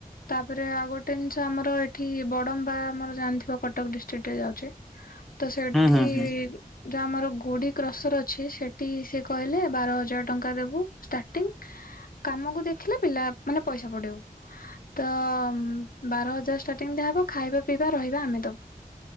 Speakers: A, on the left; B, in the centre.
A: ତାପରେ ଆଉ ଗୋ ଆମର ଏଠି ବଡମ୍ବା ଆମର ଜାଣିଥିବା କଟକ ଡିଷ୍ଟ୍ରିକ୍ଟ ରେ ଯାଉଛି। ତ ସେଠି
B: ହୁଁ ହୁଁ ହୁଁ
A: ଯୋଉ ଆମର ଗୁଡି କ୍ରସର ଅଛି ସେଠି ସେ କହିଲେ ବାର ହଜାର ଟଙ୍କା ଦବୁ ଷ୍ଟାଟିଂ। କାମକୁ ଦେଖିଲେ ପିଲା ମାନେ ପଇସା ବଢ଼େଇବୁ ତ ବାର ହଜାର ଷ୍ଟାର୍ଟିଂ ଟା ହବ ଖାଇବା ପିଇବା ରହିବା ଆମେ ଦବୁ।